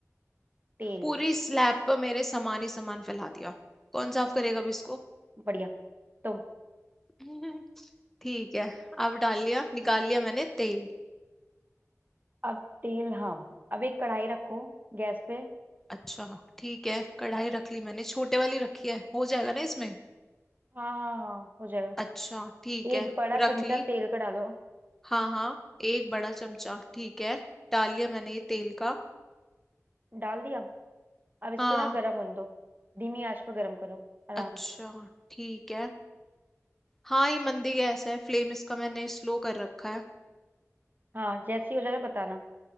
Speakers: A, on the right; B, in the centre.
A: तेल
B: पूरी स्लैब पर मेरे सामान ही सामान फैला दिया कौन साफ करेगा अब इसको
A: बढ़िया तो
B: <laughs> ठीक है अब डाल लिया निकाल लिया मैंने तेल
A: अब तेल हाँ अब एक कढ़ाई रखो गैस पे
B: अच्छा ठीक है कढ़ाई रख ली मैंने छोटे वाली रखी है हो जाएगा ना इसमें
A: हाँ हाँ हाँ हो जाएगा
B: अच्छा ठीक
A: एक
B: है
A: बड़ा
B: रख
A: चमचा
B: ली
A: तेल का डालो
B: हाँ हाँ एक बड़ा चमचा ठीक है डाल लिया मैंने ये तेल का
A: डाल दिया अब इसको
B: हाँ
A: ना गर्म होने दो धीमी आंच पर गर्म करो आराम
B: अच्छा
A: से
B: ठीक है हाँ ये मंदी गैस है फ्लेम इसका मैंने स्लो कर रखा है
A: हाँ जैसे ही हो जाए ना बताना